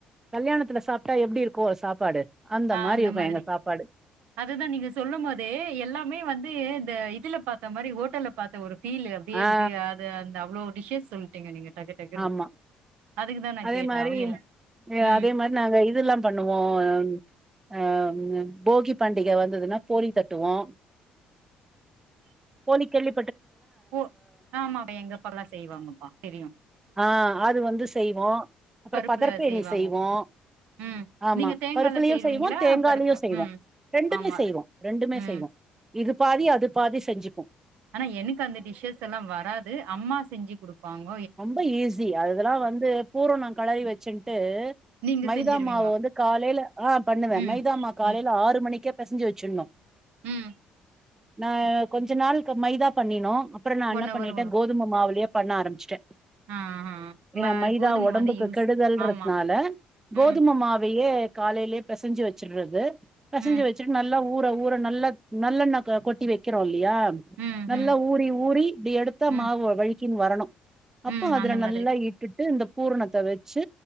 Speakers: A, on the right; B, on the right.
A: கல்யாணத்துல சாப்ட்டா எப்படி இருக் கோ சாப்பாடு அந்த
B: ஆ
A: மாரி இருக்கும்
B: மாதிரி
A: எங்க சாப்பாடு
B: அதுதா நீங்க சொல்லும் போதே எல்லாமே வந்து இந்த இதுல பாத்த மாரி ஹோட்டல பாத்த ஒரு ஃபீலு அப்டியே
A: ஆ
B: இது அத அந்த அவ்ளோ டிஷ்ஷே சொல்ட்டீங்க நீங்க டக்கு டக்குன்னு
A: ஆமா
B: அதுக்குதா நா
A: அதே
B: கேட்டே
A: மாரி
B: அவியல ம்
A: அதே மாரி நாங்க இதுல்லா பண்ணுவோ ஆ ஆ போகி பண்டிக வந்ததுன்னா போலி தட்டுவோ போலி கள்ளி
B: ஓ ஆமா எங்க அப்பாலா செய்வாங்கப்பா தெரியும்
A: ஆ அது வந்து செய்வோ அப்புறம்
B: பருப்புல
A: பதர்பேணி
B: செய்வாங்க
A: செய்வோ
B: ம்
A: ஆமா
B: நீங்க தேங்கால
A: பருப்புலயு
B: செய்வீங்களா
A: செய்வோ தேங்காலயு
B: பருப்புல
A: செய்வோ
B: ம்
A: ரெண்டுமே
B: ஆமா
A: செய்வோ ரெண்டுமே
B: ம்
A: செய்வோ இது பாத் பதி அது பாதி செஞ்சிபோ
B: ஆனா எனக்கு அந்த டிஷ்ஷஷெல்லா வராது அம்மா செஞ்சு கொடுபாங்க
A: ரொம்ப ஈசி அதெல்லா வந்து பூரனோ கலறி வச்சின்ட்டு
B: நீங்க
A: மைதா
B: செஞ்சிருவீங்க
A: மாவ வந்து காலயில ஆ பண்ணுவே
B: ம்
A: மைதாமா காலயில
B: ம்
A: ஆறு மணிக்கே பெசஞ்சி வச்சினு
B: ம்
A: நா கொஞ்ச நாள்க்கு மைதா பணினோ அப்புறோ நா என்ன
B: ஒன் ஹவர்
A: பண்ணிட்ட
B: வரு
A: கோதும மாவளியே பண்ண ஆரம்பிச்சுட்டே
B: ஆ ஆ
A: ஏன்னா
B: ம
A: மைதா
B: கோதும
A: உடம்புக்கு
B: வந்து யூஸ்
A: கெடுதல்றதுனால
B: ஆமா
A: கோதுமமாவையே
B: ம்
A: காலையிலயே பெசஞ்சி வச்சறது பெசஞ்சு
B: ம்
A: வச்சுட்டு நல்லா ஊற ஊற நல்லா நல்லெண்ண கொட்டி வைக்கிறோம்ல்ல யா
B: ம்
A: நல்லா
B: ம்
A: ஊறி ஊறி இப்டி எடுத்தா
B: ம்
A: மாவு வழிக்கீன்னு வரணு அப்போ
B: ம்
A: அதுல
B: அந்த மாதிரி
A: நல்லா இட்டுட்டு இந்த பூரணத்த இத வச்சு